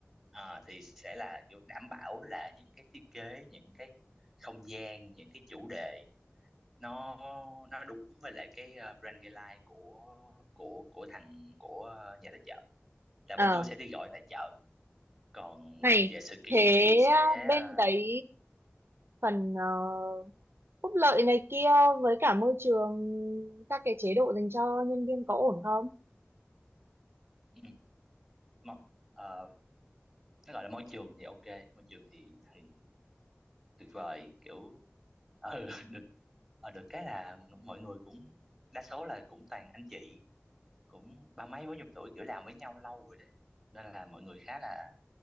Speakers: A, in the centre; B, on the right.
A: ờ, thì sẽ là kiểu đảm bảo là những cái thiết kế những cái không gian những cái chủ đề nó nó đúng với lại cái ờ, brand guideline của của của thằng của ờ, nhà tài trợ là
B: ờ
A: bên tôi sẽ đi gọi tài trợ còn
B: này
A: về sự kiện
B: thế
A: thì sẽ
B: uh, bên
A: ờ,
B: đấy phần ờ, phúc lợi này kia với cả môi trường các cái chế độ dành cho nhân viên có ổn không
A: ừ, mo- ờ, nó gọi là môi trường thì ok môi trường thì thì tuyệt vời kiểu ừ, <laughs> được ờ, được cái là mọi người cũng đa số là cũng toàn anh chị cũng ba mấy bốn chục tuổi kiểu làm với nhau lâu rồi đấy nên là mọi người khá là